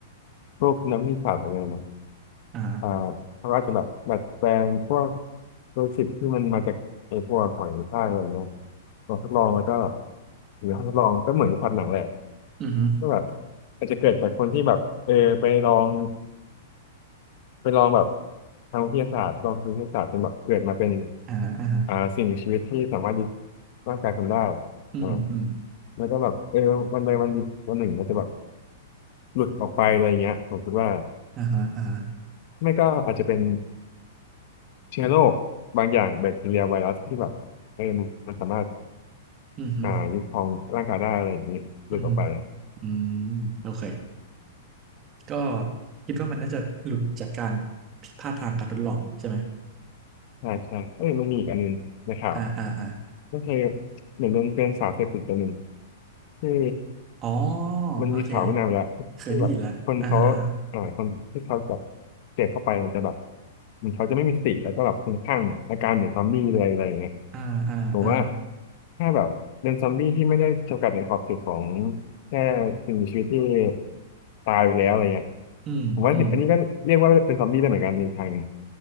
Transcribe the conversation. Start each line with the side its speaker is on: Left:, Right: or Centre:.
Left: พวกนักวิทยาศาสตร์อะไรเงี้ยนะ
Right: อ่า
Left: อ่าเขาอาจจะแบบดัดแปลงพวกตัวสิบที่มันมาจากไอ้พวกหอยทากอะไรเนาะลองทดลองแล้วก็แบบหรือห้องทดลองก็เหมือนในพล็อตหนังแหละ
Right: อือฮึ
Left: ก็แบบอาจจะเกิดจากคนที่แบบเออไปลอง ไปลองแบบทางวิทยาศาสตร์ลองทางวิทยาศาสตร์จนแบบเกิดมาเป็น
Right: อ่าอ่าฮะ
Left: อ่าสิ่งมีชีวิตที่สามารถยึดร่างกายคนได้
Right: อืมอืม
Left: อ่าแล้วก็แบบเออวันใดวันหนึ่งวันหนึ่งมันจะแบบหลุดออกไปอะไรเงี้ยผมคิดว่า
Right: อ่าฮะอ่าฮะ
Left: ไม่ก็อาจจะเป็นเชื้อโรคบางอย่างแบคทีเรียไวรัสที่แบบเออมันสามารถ
Right: อือฮึ
Left: อ่ายึดครองร่างกายได้อะไรอย่างนี้หลุดออกไป
Right: อือฮึอืมโอเคก็คิดว่ามันน่าจะหลุดจากการผิดพลาดทางการทดลองใช่ไหม
Left: ใช่ใช่เอ้ยมันมีอีกอันหนึงในข่าว
Right: อ่าอ่าอ่า
Left: ก็คือเหมือนมันเป็นสารเสพติดตัวหนึ่งที่
Right: อ๋อ
Left: มันมีข่าวไม่นานมาแล้วที่แบบคนเขา
Right: โอเคเคยได้ยินแล้วอ่าฮะอ่าฮะ
Left: อ่าคนที่เขาจับเสพเข้าไปมันจะแบบมันเขาจะไม่มีสติแล้วก็แบบคลุ้มคลั่งอาการเหมือนซอมบี้เลยอะไรอย่างเงี้ย
Right: อ่าอ่าอ่า
Left: ผมว่าถ้าแบบเป็นซอมบี้ที่ไม่ได้จำกัดในขอบเขตของแค่สิ่งมีชีวิตที่ตายไปแล้วอะไรเงี้ย
Right: อืมอืม
Left: ผมว่าอันนี้ก็เรียกว่าเป็นซอมบี้ได้เหมือนกันในทางหนึง